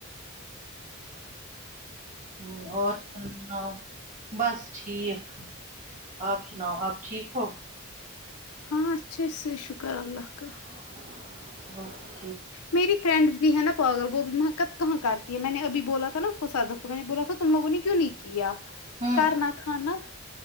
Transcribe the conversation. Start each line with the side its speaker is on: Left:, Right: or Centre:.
Right: ہوں اور سناؤ بس ٹھیک آپ سناؤ آپ ٹھیک ہو
Left: ہاں اچھا سے شکر اللہ کا
Right: <inaudible>
Left: میری فرینڈس بھی ہے نا پاگل وہ بھی میکپ کہاں کر تی میں نے ابھی بولا تھا نا اس کو صدف کو میں نے بولا تھا تم لوگوں نے کیوں نہیں کیا
Right: ہوں
Left: کرنا تھا نا